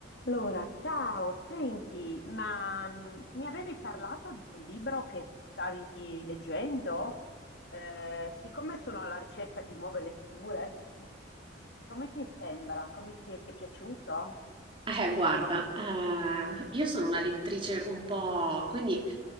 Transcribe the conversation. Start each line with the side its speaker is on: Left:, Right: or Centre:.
Left: Allora, ciao, senti, ma mh, mi avevi parlato di quel libro che stavi leggendo? Eh, siccome sono alla ricerca di nuove letture, <laughs> come ti sembra? Come ti, ti è piaciuto?
Right: Eh, guarda, ehm, io sono una lettrice un po', quindi